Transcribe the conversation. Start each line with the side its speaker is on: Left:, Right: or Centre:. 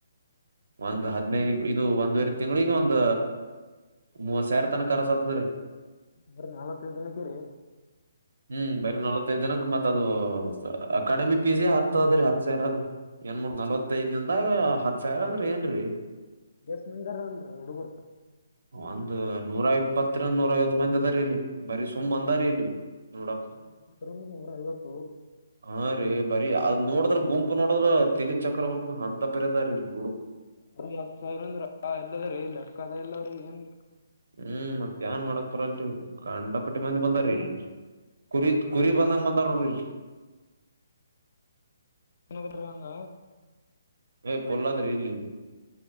Right: ಒಂದ್ ಹದ್ಿನೈದು ಇದು ಒಂದ್ುವರೆ ತಿಂಗಳಿಗೆ ಒಂದ ಮೂವತ್ ಸಾವಿರ ತನ ಕರ್ಸ ಆತದ ರೀ
Left: ಬರಿ ನಾಲ್ವತ್ತೈದು ದಿನಕ್ಕೆರಿ
Right: ಹ್ಮ್ ಬರಿ ನಲವತ್ತೈದು ದಿನಕ್ ಮತ್ ಅದು ಅಕಾಡೆಮಿ ಪಿ ಜಿ ಹತ್ತದ್ರಿ ಹತ್ ಸಾವಿರ ಅದ್ರಿ ಎಣ ಮೂೂರ್ ನಲ್ವತ್ತೈದ್ಂದಾಗ ಹತ್ ಸಾವಿರ ಅಂದ್ರ ಏನ್ರರಿ
Left: ಬಸ್ಂದರನ್ೀ ಹುಡುಗರು
Right: ಒಂದು್ ನೂರ ಇಪ್ಪತ್ತ್ರಂದ ನೂರ ಐವತ್ತು ಮಂದಿ ಅದಾರ ಇಲ್ಲಿ ಬರೀ ಸುಮ್ ಒಂದಾರ ಇಲ್ಲಿ ನೋಡಕ್
Left: ನೂರಪ್ಪತ್ತರಂಗ ನೂರ ಐವತ್ತು
Right: ಹಾ ರೀ ಬರೀ ಅದ್ ನೋಡಿದ್ರ ಗುಂಪು ನೋಡದ್ರ ತೆಿನಿ ಚಕ್ರ ಬರ್ತ ಅಂತ ಪರದಾರಿೀಲ್ಲಿ
Left: ಹತ್ತು ಸಾವಿರ ಅಂದ್ರ ಎಲ್ಲದ್ರ ಲಟ್ಕದ ಇಲ್ಲವ್ರಿ ಏನ್
Right: ಹ್ಮ್ ಮತ್ತೇಏನ್ ಮಾಡಕ್ ಪರಲ್ರಿ ಇದು ಗಂಡಪಟ್ಟಿ ಮಂದಿ ಬಂದಾರಿ ಇಲ್ಲಿ ಕುರಿ ಕುರಿ ಬಂದಂಗ ಬಂದವರ್ರಿ
Left: ಎನ್ನ ಬಿರುವಂಗ
Right: ಏ ಪೊಲ್ಲಾದ್ರೆ ಇಲ್ಲಿ